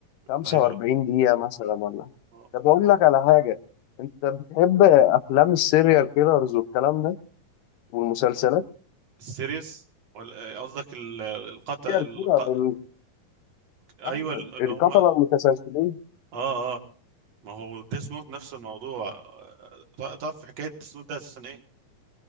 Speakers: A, on the left (about 85°); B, on the right (about 55°).
A: 45
B: أيوة
A: دقيقة مثلا ولا
B: آه.
A: طب أقول لك على حاجة أنت بتحب أفلام السيريال كيلرز والكلام ده والمسلسلات
B: السيريس ولا- آه، قصدك ال- القطع
A: السيريال
B: الق...
A: كيلر ال-
B: أيوة
A: آه،
B: اللي
A: القتلة
B: هم آه
A: المتسلسلين
B: آه ما هو ديس نوت نفس الموضوع آه، تع- تعرف في حكاية ديس نوت ده أساسا إيه؟